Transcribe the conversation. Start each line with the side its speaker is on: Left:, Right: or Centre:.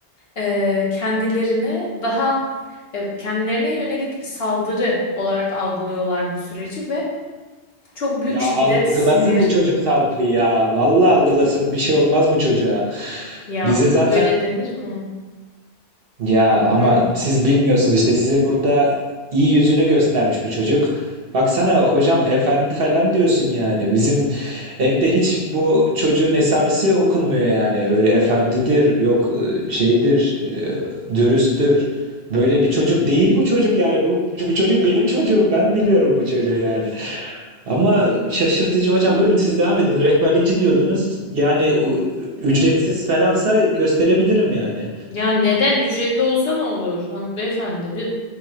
Left: e, kendilerini daha e, kendilerine yönelik bir saldırı olarak algılıyorlar bu süreci ve çok büyük
Right: Ya
Left: şiddet,
Right: algılasın
Left: sinir
Right: bu çocuk saldırıyı ya. Vallahi algılasın bir şey olmaz bu çocuğa.
Left: ya
Right: Bize zaten
Left: öyle denir mi?
Right: Ya ama
Left: Hı.
Right: siz bilmiyorsunuz işte size burada iyi yüzünü göstermiş bu çocuk. Baksana hocam efendi falan diyorsun yani. Bizim evde hiç bu çocuğun esamesi okunmuyor yani. Öyle efendidir, yok e, şeydir, e, dürüsttür. Böyle bir çocuk değil bu çocuk yani. Bu, bu çocuk benim çocuğum. Ben biliyorum bu çocuğu yani. Ama şaşırtıcı hocam.
Left: Aa.
Right: Buyurun siz devam edin. Rehberlikçi diyordunuz. Yani u- ücretsiz falansa gösterebilirim yani.
Left: Ya neden ücretli olsa ne olur Han- beyefendi? Bir...